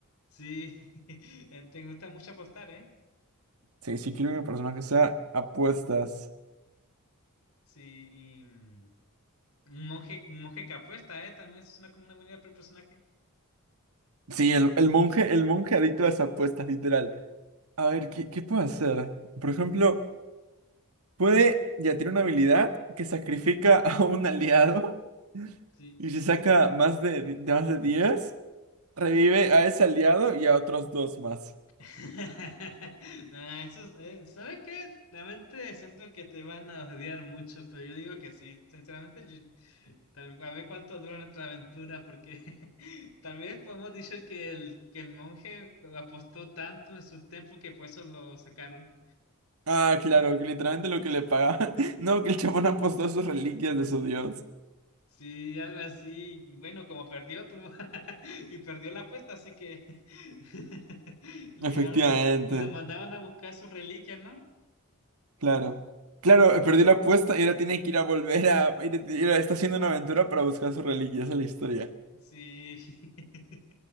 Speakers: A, on the left; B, on the right.
A: Sí, <laughs> eh, te gusta mucho apostar, ¿eh?
B: Sí, sí quiero que mi personaje sea apuestas.
A: Sí, y mm, un monje, un monje que apuesta, ¿eh? También suena como una buena idea para el personaje.
B: Sí, el, el monje, el monje adicto a las apuestas, literal. A ver, ¿qué, qué puede hacer? Por ejemplo, puede, ya tiene una habilidad que sacrifica <laughs> a un aliado
A: Sí.
B: y si saca más de, de más de 10 revive a ese aliado y a otros dos más.
A: <laughs> Ah, eso, es- eh, ¿sabes qué? Realmente siento que te van a odiar mucho, pero yo digo que sí. Sinceramente, yo- tal, a ver cuánto dura nuestra aventura, porque <laughs> tal vez podemos dicho que el, que el monje apostó tanto en su templo que por eso lo sacaron.
B: Ah, claro, que literalmente lo que le pagaban. <laughs> No, que el chabón apostó sus reliquias de su dios.
A: Sí, algo así. Bueno, como perdió tuvo- <laughs> y perdió la apuesta, así que <laughs> y
B: Efectivamente,
A: ahora- y lo mandaban a buscar su reliquia, ¿no?
B: claro. Claro, eh, perdió la apuesta y ahora tiene que ir a volver a... ir a- ir a- Está haciendo una aventura para buscar sus reliquias, esa la historia.
A: Sí, <laughs>